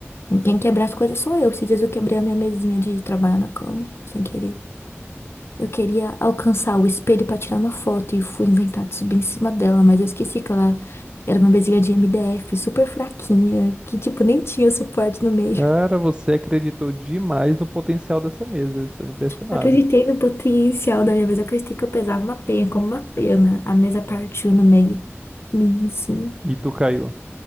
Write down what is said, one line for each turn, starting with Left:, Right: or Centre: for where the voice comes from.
Left: Quem quebra as coisas sou eu. Esses dias eu quebrei a minha mesinha de trabalhar na cama, sem querer. Eu queria alcançar o espelho pra tirar uma foto e fui inventar de subir em cima dela, mas eu esqueci que ela era uma mesinha de MDF, super fraquinha, que, tipo, nem tinha suporte no meio.
Right: Cara, você acreditou demais no potencial dessa mesa. Eu estou impressionado.
Left: Eu Acreditei no potencial da minha mesa. Eu acreditei que eu pesava uma penha, como uma pena. A mesa partiu no meio. Mim, sim.
Right: E tu caiu.